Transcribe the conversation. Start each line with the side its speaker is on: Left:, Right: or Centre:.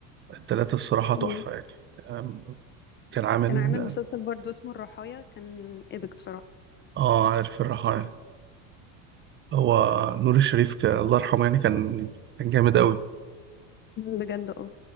Right: التلاتة الصراحه تحفه
Left: مم.
Right: يعني آم، كان عامل
Left: كان عامل
Right: اه
Left: مسلسل برضو اسمه الرحايا كان ايبك بصراحة
Right: آه، عارف الرحايا هو نور الشريف ك... الله يرحمه يعني كان كان جامد قوي
Left: مم، بجد اه